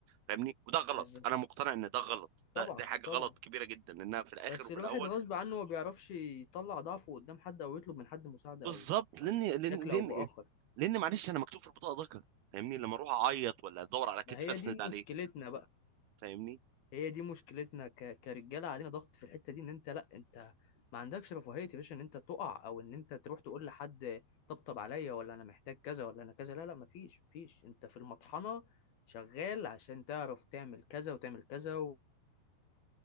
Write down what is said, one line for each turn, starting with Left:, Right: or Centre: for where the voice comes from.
Right: فاهمني وده غلط
Left: بالظبط
Right: انا مقتنع ان ده غلط
Left: طبعا
Right: ده دي حاجه
Left: طبعا
Right: غلط كبيره جدا لانها في الاخر
Left: بس
Right: وفي
Left: الواحد
Right: الاول
Left: غصب عنه ما بيعرفش يطلع ضعفه قدام حد او يطلب من حد مساعدة
Right: بالظبط
Left: او
Right: لان
Left: او
Right: لان
Left: بشكل
Right: لان
Left: او باخر
Right: لان معلش انا مكتوب في البطاقه ذكر فاهمني لما اروح اعيط ولا ادور على كتف
Left: ما هي
Right: اسند
Left: دي
Right: عليه
Left: مشكلتنا بقى
Right: فاهمني
Left: هي دي مشكلتنا ك... كرجالة علينا ضغط في الحتة دي ان انت لا انت ما عندكش رفاهية يا باشا ان انت تقع او ان انت تروح تقول لحد طبطب عليا ولا انا محتاج كذا ولا انا كذا لا لا مفيش مفيش انت في المطحنة شغال عشان تعرف تعمل كذا وتعمل كذا و...